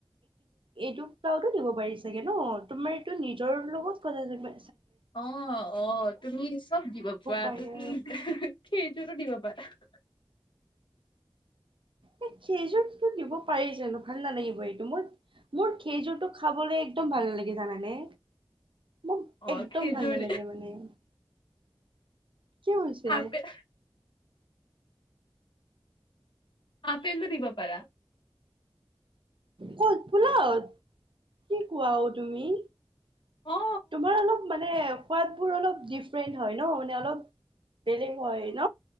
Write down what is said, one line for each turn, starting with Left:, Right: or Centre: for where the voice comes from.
Right: এইটো পোলাও তো দিব পাৰি চাগে ন, তোমাৰ এইটো নিজৰ লগত কৰা যেনিবা।
Left: অ অ তুমি চব দিব পাৰা,
Right: পাৰি
Left: তুমি
Right: আৰু
Left: সেইযোৰতো দিব পাৰা। থে
Right: উম। খেইযোৰটো দিব পাৰি জানো, ভাল নালাগিব এইটো মই মোৰ খেযোৰতোক। খাবলৈ একদম ভাল লাগে জানানে। মোক
Left: অ
Right: একদম
Left: খেজুৰ
Right: ভাল নালাগে মানে। কিয় হৈছে।
Left: আপেল আপেলো দিবা পাৰা।
Right: কত ফুলত কি কোৱা অ, তুমি।
Left: অ
Right: তোমাৰ অলপ মানে সোৱাদ বোৰ অলপ ডিফাৰেন্ট হয় ন, মানে অলপ। বেলেগ হয় ন।